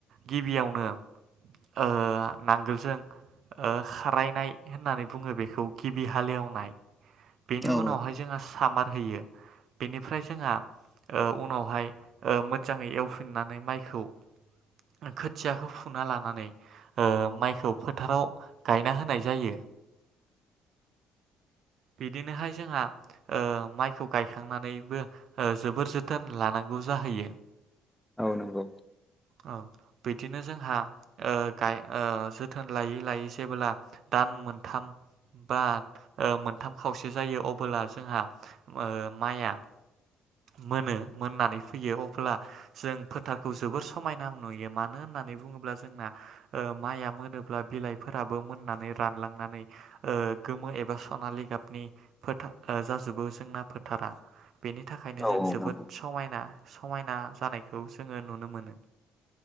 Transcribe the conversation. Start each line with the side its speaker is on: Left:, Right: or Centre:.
Right: गिबियावनो ओ नांगोलजों ओ खारायनाय होननानै बुङो बेखौ गिबि हालेवनाय बेनि
Centre: औ औ।
Right: उनावहाय जोङा सामार होयो। बेनिफ्राय जोंहा ओ उनावहाय ओ मोजाङै एवफिननानै माइखौ ओ खोथियाखौ फुना लानानै ओ माइखौ फोथाराव गायना होनाय जायो बिदिनोहाय जोंहा ओ माइखौ गायखांनानैबो ओ जोबोर जोथोन लानांगौ जाहैयो।
Centre: औ नोंगौ
Right: औ बिदिनो जोंहा ओ गाय ओ जोथोन लायै लायै जेबोला दान मोनथाम बा ओ मोनथाम खावसे जायो अबोला जोंहा ओ माइआ मोनो, मोननानै फैयो अब्ला जों फोथारखौ जोबोर समायना नुयो। मानो होननानै बुङोब्ला जोंना ओ माइआ मोनोब्ला बिलाइफोराबो मोननानै रानलांनानै ओ गोमो एबा सनालि गाबनि फोथार ओ जाजोबो जोंना फोथारा। बेनि थाखायनो
Centre: औ
Right: जों
Centre: औ
Right: जोबोद
Centre: नंगौ
Right: समायना समायना जानायखौ जोङो नुनो मोनो।